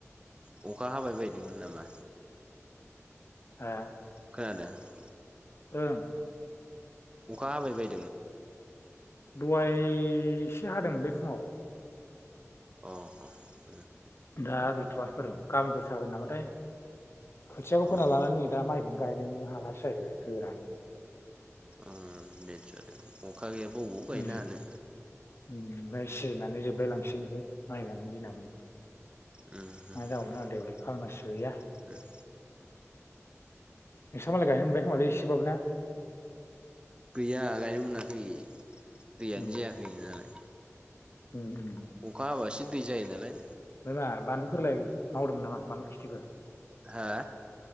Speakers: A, on the right; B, on the left.
A: उम अखा हाबाय बायदोंमोन नामा?
B: हो
A: खोनादों?
B: ओं
A: अखा हाबायबाय
B: दहाय एसे हादोंमोनलै फुङाव।
A: अ अ
B: दा गैथ'वा बारु गाबोनफोरसो हागोन नामाथाय खोथियाखौ
A: औ उम
B: फोना लानानै नै दा माइखौनो गायनोबो हालासो जाहैबाय गोरान।
A: उम बेथ' आरो अखा गैयाबा बबाव गायनो
B: उम
A: हानो।
B: ओमफ्राय सिजेनानै जोबलाय लांसिगोनसो माइ गायनायनि दिनाबो।
A: उम हुम
B: मा जाबावनो आरो
A: हुम
B: देग्लाय खालमासिबो
A: हुम
B: गैया
A: उम
B: नोंसा मालाय गायनो मोनबाय खोमालै इसेबाबो ना?
A: गैया गायनो मोनाखै दैयानो
B: उम
A: जायाखै नालाय।
B: उम उम।
A: अखा हाबासो दै जायो नालाय।
B: माबा बानलुफोरलाय मावदोंमोन नामा बानलु खिथिफोर?
A: हो?